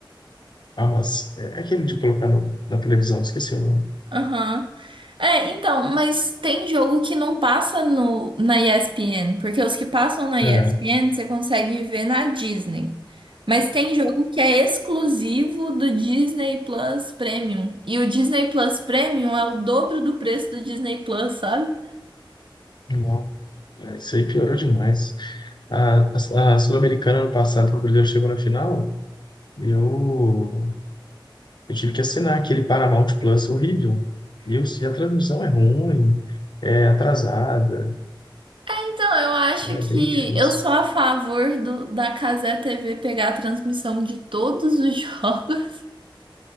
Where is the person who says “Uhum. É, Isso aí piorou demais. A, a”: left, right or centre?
Left